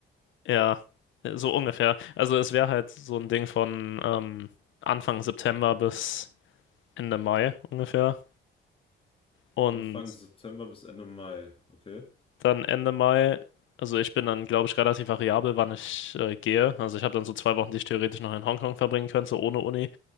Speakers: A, on the left; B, on the left.
A: ja, so ungefähr. Also es wäre halt so ein Ding von ähm, Anfang September bis Ende Mai ungefähr. Und
B: Anfang September bis Ende Mai. Okay.
A: dann Ende Mai. Also ich bin dann, glaube ich, relativ variabel, wann ich äh, gehe. Also ich habe dann so zwei Wochen, die ich theoretisch noch in Hongkong verbringen könnte, so ohne Uni.